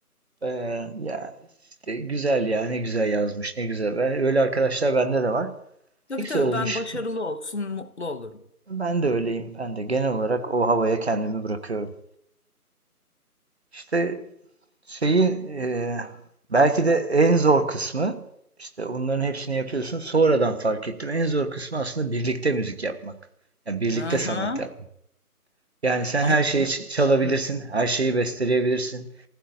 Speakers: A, on the right (about 45°); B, on the left (about 45°).
A: Ee, ya işte güzel ya ne güzel yazmış ne güzel. Ben, öyle arkadaşlar bende de var.
B: Tabii
A: Ne güzel
B: tabii
A: olmuş.
B: ben başarılı olsun mutlu olurum.
A: Ben de öyleyim. Ben de genel olarak o havaya kendimi bırakıyorum. İşte Şeyi e, belki
B: Ha.
A: de en zor kısmı işte onların hepsini yapıyorsun. Sonradan fark ettim. En zor kısmı aslında birlikte müzik yapmak. Yani birlikte
B: Hı hı.
A: sanat yapmak. Yani sen
B: Ama
A: her şeyi ç- çalabilirsin,
B: hı.
A: her şeyi besteleyebilirsin.